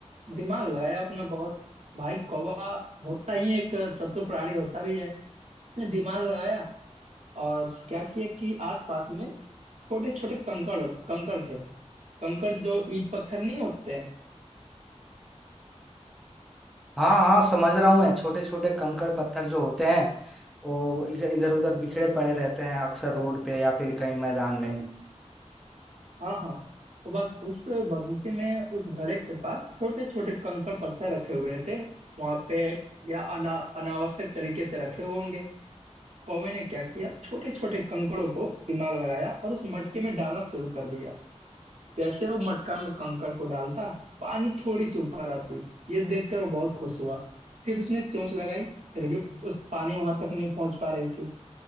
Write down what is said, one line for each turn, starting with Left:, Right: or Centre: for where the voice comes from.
Right: दिमाग लगाया अपना बहुत भाई कौवा होता ही एक चतुर प्राणी होता भी है उसने दिमाग लगाया और क्या किया कि आसपास में छोटे छोटे कंकड़ कंकड़ थे कंकड़ जो ईट पत्थर नहीं होते
Centre: हाँ हाँ समझ रहा हूँ मैं छोटे छोटे कंकड़ पत्थर जो होते हैं वो इधर उधर बिखरे पड़े रहते हैं अक्सर रोड पे या फिर कहीं मैदान में
Right: हाँ हाँ तो बस उस बगीचे में उस घड़े के पास छोटे छोटे कंकड़ पत्थर रखे हुए थे वहां पे या अना अनावश्यक तरीके से रखे हुए होंगे कौवे ने क्या किया छोटे छोटे कंकड़ों को दिमाग लगाया और उस मटके में डालना शुरू कर दिया जैसे वो मटका में कंकड़ को डालता पानी थोड़ी सी ऊपर आती ये देखकर वो बहुत खुश हुआ फिर उसने चोंच लगाई फिर भी उस पानी वहां तक नहीं पहुंच पा रही थी